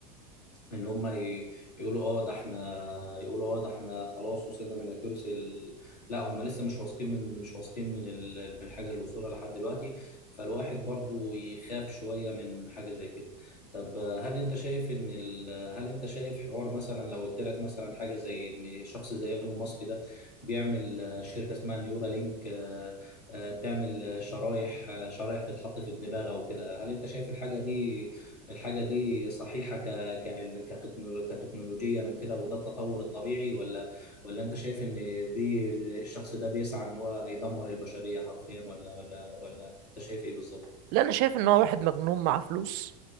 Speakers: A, on the left; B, on the right.
A: ان هم ي- يقولوا اه ده احنا يقولوا اه ده احنا خلاص وصلنا من الاكيورسي ال... لا هم لسه مش واثقين من مش واثقين من ال... من الحاجه اللي وصلها لحد دلوقتي فالواحد برضو يخاف شويه من حاجه زي كده طب آه، هل انت شايف ان ال... هل انت شايف حوار مثلا لو قلت لك مثلا حاجه زي ان شخص زي ايلون ماسك ده بيعمل آه، شركه اسمها نيورا لينك آه، آه، بتعمل آه، شرايح آه، شرايح تتحط في الدماغ او كده هل انت شايف الحاجه دي الحاجه دي صحيحه كعلم كتكنولو- كتكنولوجيا وكده وده التطور الطبيعي ولا ولا انت شايف ان دي الشخص ده بيسعى ان هو يدمر البشرية حرفيا ولا ولا ولا انت شايف ايه بالظبط؟
B: لا انا شايف ان هو واحد مجنون معاه فلوس